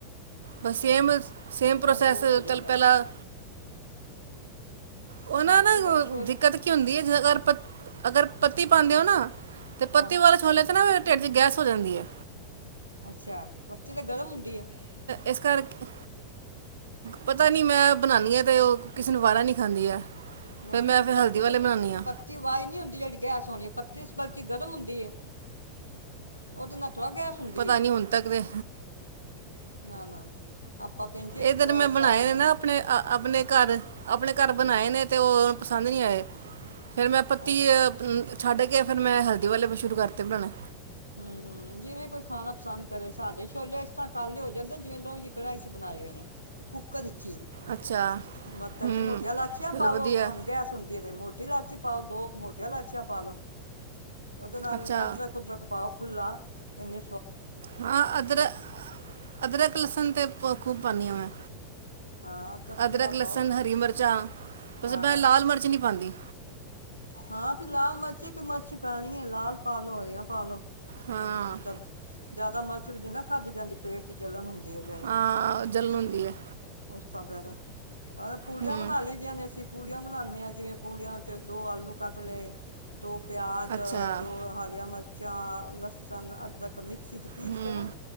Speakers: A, on the right (about 65°); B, on the right (about 90°).
A: ਬਸ ਸੇਮ ਸੇਮ ਪ੍ਰੋਸੈਸ
B: ਹੋਰ ਹੋ ਜਾਂਦਾ
A: ਚਲ ਪਹਿਲਾਂ।
B: ਹੈ। ਸਾਡੇ
A: ਉਹਨਾਂ ਨਾਲ
B: ਜਿਹੜੇ
A: ਹੋਰ,
B: ਛੋਲ
A: ਦਿੱਕਤ ਕੀ ਹੁੰਦੀ ਏ। ਤੁ ਅਗਰ ਪ, ਅਗਰ ਪੱਤੀ, ਬਣਦੇ ਹੋ ਨ। ਤੇ ਪੱਤੀ
B: ਹਾਂ ਹਾਂ
A: ਵਾਲੇਛੋਲੇ ਤੇ ਨ ਫੇਰ। ਢਿੱਡ ਚ ਗੈਸ ਹੋ ਜਾਂਦੀ ਏ।
B: ਅੱਛਾ ਬੱਤੀ ਤੇ ਗਰਮ ਹੁੰਦੀ ਹੈ
A: ਇਸ ਕਰਕੇ ਪਤਾ ਨਹੀਂ ਮੈਂ, ਬਨਾਣੀ ਹਾਂ ਤੇ ਓ ਕਿਸੀ ਨੂੰ ਵਾਰਾ ਨਈ। ਠਦੀ ਹੈ।
B: ਨਹੀਂ
A: ਫਿਰ ਮੈਂ
B: ਨਹੀਂ
A: ਫਿਰ
B: ਪੱਤੀ
A: ਹਲਦੀ ਵਾਲੇ
B: ਕੁ
A: ਬਣਾਉਣੀ ਆ
B: ਪੱਤੀ ਆਵਾਜ਼ ਨਹੀਂੀ ਹੁੰਦੀ ਜਿਹੜੀ ਗੈਸ ਹੋਣੀ ੱਬਤੀ ਬਲ ਕੀ ਗਰਮ ਹੁੰਦੀ ਏ, ਓਹਦੇ ਨਾਲ। ਥੋੜ੍ਹਾ ਗੈਸ ਹੁੰਦੀ
A: ਪਤਾ
B: ਹੈ
A: ਨੀ ਹੁਣ ਤੱਕ ਤੇ,
B: ਨਾ ਨਾ ਆਪਾਂ ਤਾਂ ਇੰਜੇ
A: ਏਧਰ ਮੈਂ ਬਨਾਏ
B: ਸਾਡੇ
A: ਹੋਏ ਨ ਆਪਣੇ ਅ। ਆਪਣੇ ਘਰ। ਆਪਣੇ ਘਰ
B: ਹੂੰ
A: ਬਣਾਏ ਨੇ ਤੇ ਉਹ। ਸਦ ਨੀ ਆਏ। ਫਿਰ ਮੈਂ ਪੱਤੀਅ
B: ਅੱਛਾ
A: ਛੱਡ ਕੇ ਫੇਿਰ ਮੈਂ ਹਲਦੀ ਵਾਲੇ, ਬਿਸਕੁਟ ਬਣਾਏ।
B: ਹਮ ਹਮ ਜਿਵੇਂ ਕੋਈ ਖਾਣਾ ਪਸੰਦ ਕਰੇ ਸਾਡੇ ਛੋਲੇ ਇਸ ਤਾਂ ਕੱਲ ਹੀ ਹੋ ਜਾਂਦੇ ਜਿਵੇਂ ਲੋਹ ਜੀ ਕੜਾਾਈ ਬਣਾਏ ਹੋਏ ਨੇ ਕੁੱਕਰ ਵਿੱਚ ਹੀ
A: ਅੱਛਾ
B: ਮੱਤ ਵਿੱਚ
A: ਹੂੰ
B: ਮੋਟੀਆਂ ਲਾਚੀਆਂ
A: ਚਲੋ
B: ਪਾਵੋ
A: ਵਧੀਆ
B: ਤੁਹਾਨੂੰ ਗੈਸ ਹੁੰਦੀ ਰ ਮੋਟੀ ਇਲਾਇਚੀ ਪਾਓ ਦੋ ਮੋਟੀਆਂ ਇਲਾਚੀਆਂ ਪਾ ਲਓ ਉਹਦੇ ਨਾਲ
A: ਅੱਛਾ
B: ਅਦਰਕ ਉਦਰਕ ਖੁੱਲਾ ਨ
A: ਹਾਂ ਅਦਰਕ ਅਦਰਕ ਲਸਣ ਤੇ ਪਖੂਪਨੀੀਆਂਵੇ
B: ਹਾਂ ਖੁੱਲਾ
A: ਅਦਰਕ
B: ਪਾਓ
A: ਲਸਣ ਹਰੀ ਮਿਰਚਾਂ
B: ਹਾਂ
A: ਭੈਂ
B: ਹਾਂ
A: ਲਾਲ ਮਿਰਚ ਨਹੀਂੀ ਪਾਉਂਦੀ
B: ਹਾਂ ਵੀ ਲਾਲ ਮਰਚੇ ਕਿ ਮਰਚੀ ਪੈਣੀ ਹੈ ਲਾਲ ਪਾਾਲੋ ਹਰੀਆਂ ਪਾਾਲੋ
A: ਹਾਂ
B: ਮਤਲਬ ਜਿਆਦਾ ਮਿਰਚ ਵੀ ਨ ਨਾ ਖਾਧੀ ਜਾਂਦੀ ਪੇਟ ਚ ਜਲਣ ਹੁੰਦੀ ਦੇ ਹੈ ਫਿਰ
A: ਹਾਂ
B: ਅਤੇ
A: ਜਲਨ ਹੁੰਦੀ ਹੈ
B: ਉਸ ਸ ਫਿਆਦਾ ਪ ਪੁੜੀਆਂ
A: ਹੂੰ
B: ਬਣਾ ਲਈ ਦੀਆਂ ਨੇ ਅਸੀਂ ਪੂੜੀਆਂ ਬਣਾਉਂਦੇ ਹਾਂ ਜਿਵੇਂ ਪੂੜੀਆਂ ਵਿੱਚ ਦੋ ਆਲੂ ਕੱਟ ਲਏ ਦੋ ਪਿਆਜ
A: ਅੱਛਾ
B: ਦੋ ਹਰੀਆਂ ਮਿਰਚ ਚਾ ਲਸ ਸੰਨ ਅੱਧਕ ਮਿਕਸੀ ਚ ਪੀਸ
A: ਹੂੰ
B: ਕੇ ਨਾ